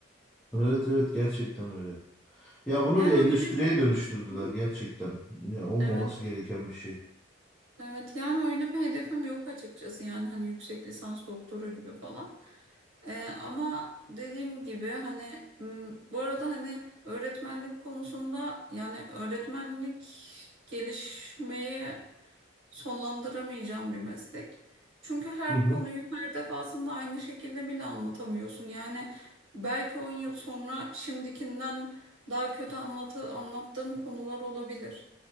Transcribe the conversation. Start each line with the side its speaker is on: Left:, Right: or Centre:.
Centre: Evet evet gerçekten öyle. Ya bunu
Right: Yani
Centre: bir endüstriye
Right: öyle mi?
Centre: dönüştürdüler
Right: Hı.
Centre: gerçekten. Ya olmaması
Right: Evet.
Centre: gereken bir şey.
Right: Evet yani öyle bir hedefim yok açıkçası yani hani yüksek lisans doktora gibi falan. Ee, ama dediğim gibi hani m, bu arada hani öğretmenlik konusunda yani öğretmenlik gelişmeyi sonlandıramayacağım bir meslek. Çünkü her
Centre: Hı hı.
Right: konuyu her defasında aynı şekilde bile anlatamıyorsun. Yani belki 10 yıl sonra şimdikinden daha kötü anlatı, anlattığım konular olabilir.